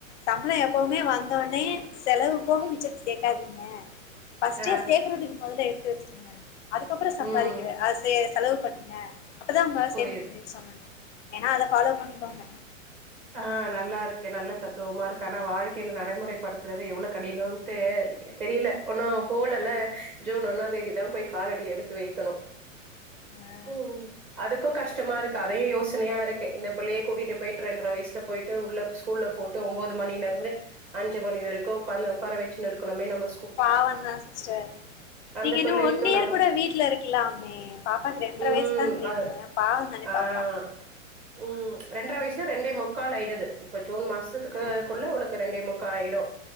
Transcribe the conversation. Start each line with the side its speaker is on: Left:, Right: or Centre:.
Left: சம்பளம் எப்போவுமே வந்தோனே செலவு போக மிச்சத்த சேக்காதீங்க ஃபஸ்ட்டே
Right: ஆ
Left: சேக்கறதுக்கு மொதல்ல எடுத்து வச்சுருங்க அதுக்கப்றோ சம்பாதிக்கிற
Right: ம்
Left: அது செ செலவு பண்ணுங்க அப்பதா உங்களாள
Right: புரியுது
Left: சேமிக்க முடியு சொன்னாங்க வேனா அத ஃபாலோ பண்ணிக்கோங்க
Right: ஆ நல்லா இருக்கு நல்ல தத்துவமா இருக்கு ஆனா வாழ்க்கைல நடைமுறைப்படுத்துறது எவ்ளோ கடினோன் தெ தெரில ஒன்னு போல்லல ஜூன் ஒன்னாந் தேதிதா போய் காலடி எடுத்து வைக்கணு
Left: ஆ
Right: ம் அதுக்கு கஷ்டமா
Left: ம்
Right: இருக்கு அதே யோசனயா இருக்கு இந்த புள்ளிய கூட்டிட்டு போய் ரெண் ன்ற வயசுல போய்ட்டு உள்ள ஸ்கூல்ல போட்டு ஒன்போது மணிலேருந்து அஞ்சு மணி வரைக்கு உக்காந்து உக்கார வச்சுண்ணு இருக்கனுமே நம்ப
Left: பாவந்தா சிஸ்டர்
Right: அந்த
Left: நீங்க இன்னு
Right: பிள்ளைக்கு
Left: ஒன் இயர்
Right: நம்ம
Left: கூட வீட்ல இருக்கலாமே பாப்பாக்கு ரெண்டர
Right: ம்
Left: வயசு தாங்கிறிங்க
Right: அது
Left: பாவந்தானே
Right: ஆ
Left: பாப்பா
Right: ம் ரெண்டர வயசுனா ரெண்டே முக்காலாயிடுது இப்ப ஜூன் மாசத்துக்குகுள்ள
Left: ஆ ஆ
Right: உனக் ரெண்டே முக் காயிடு